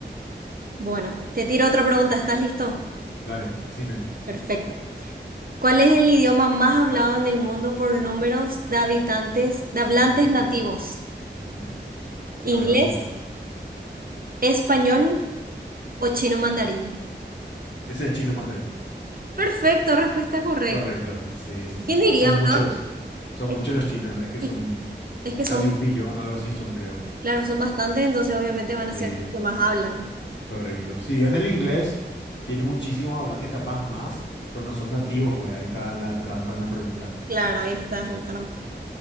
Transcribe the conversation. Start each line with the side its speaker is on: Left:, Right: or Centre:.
Right: Bueno, te tiro otra pregunta, ¿estás listo?
Left: dale, decime.
Right: Perfecto. ¿Cuál es el idioma más hablado en el mundo por números de habitantes, de hablantes
Left: Ujú,
Right: nativos?
Left: ujú. A
Right: ¿Inglés?
Left: ver las opciones.
Right: ¿Español o chino mandarín?
Left: Ese es chino mandarín.
Right: Perfecto, respuesta correcta.
Left: Correcto, sí, sí, sí.
Right: ¿Quién diría,
Left: Son
Right: verdad?
Left: muchos, son
Right: Es,
Left: muchos los chinos, es que son
Right: es- es que son,
Left: casi un billón, algo así son, creo.
Right: claro, son bastantes, entonces obviamente van
Left: Sí,
Right: a ser los que más hablan.
Left: correcto. Si bien el inglés tiene muchísimos hablantes, capaz más, pero no son nativos, pues ahí está la trampa en la pregunta.
Right: Claro, ahí está la trampa.